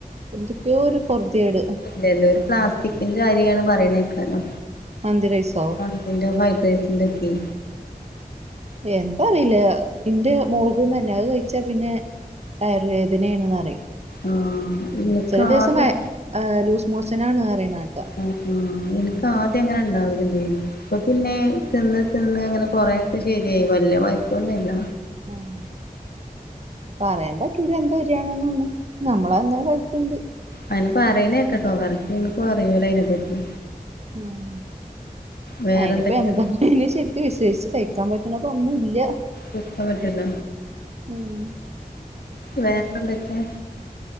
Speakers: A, on the right; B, on the left.
A: എന്തൊക്ക്യോ ഒരു പൊർത്യേട്
B: ചെലോര് പ്ലാസ്റ്റിക്കിന്റെ അരിയാണ് പറിയ്ണേക്കാലോ
A: മന്തി റൈസോ
B: മന്തിന്റെയും ഫ്രൈഡ് റൈസിന്റൊക്കെയ്
A: എന്താറീല ഇന്റെ മോൾക്കും തന്നെ അത് കഴിച്ചാൽ പിന്നെ വയർ വേദനയാണെന്ന് പറയും
B: ആഹ് എനിക്ക്
A: ചെല ദിവസം
B: ആദ്യം
A: വ ആഹ് ലൂസ് മോഷനാണ് പറയണേക്കാ
B: ആഹ് ആഹ് എനിക്ക് ആദ്യം അങ്ങനെ ഇണ്ടാവലണ്ടേനി ഇപ്പൊ പിന്നെ തിന്ന് തിന്ന് അങ്ങനെ കൊറേക്കെ ശെരിയായി വല്യ കൊയ്പ്പൊന്നുല്ല
A: മ്മ് പറയാൻ പറ്റൂല എന്താ വരാണ്ന്നൊന്നും നമ്മളങ്ങനെ കൈക്ക്ണ്ട്
B: അയിന് പറയണേക്കെട്ടോ കറക്റ്റ് ഇൻക്കും അറിയൂല അയ്നെപ്പറ്റി
A: മ്മ്
B: വേറെ
A: അയ്ന്പ്പോ
B: എന്തൊക്കെ
A: എന്താപിന്നെ ശെരിക്ക് വിശേഷിച്ച് കയ്ക്കാൻ പറ്റ്ണതൊന്നുല്ല
B: വെക്കാൻ പറ്റില്ല
A: മ്മ്
B: വേറെപ്പന്തൊക്കെയാ